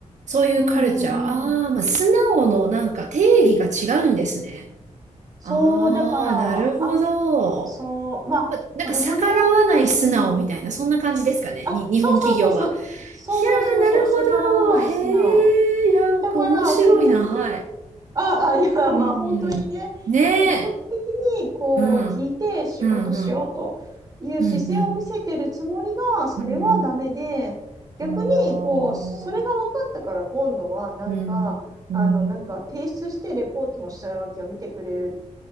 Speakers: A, on the right; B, on the right.
A: そういうカルチャー。
B: うんうんうんうん。
A: ああ、まあ素直のなんか定義が違うんですね。
B: そう、
A: ああ、
B: だから、
A: なるほど。
B: あ、そう、まあ、
A: まなんか逆らわない素直みたいな、
B: これもね、うん。
A: そんな感じですかね。
B: あ、
A: に、日本企業が。
B: そうそうそう、さ、そうそうそうそう、
A: いやー、なるほど。
B: 逆らわない素直。
A: へえ、いや、なんか面白いな。
B: だから、積極的
A: はい。
B: ああ、いや、
A: うん。
B: まあ本当にね、
A: ねえ。
B: 積極的にこう聞いて仕事しようという姿勢を見せてるつもりが、
A: うん。うん、うん。うん、
B: それはダメで、
A: うん。うん。
B: 逆にこう、
A: ああ。
B: それが分かったから今度はなんか、
A: うん。うん。
B: あの、なんか提出してレポートの下書きを見てくれる、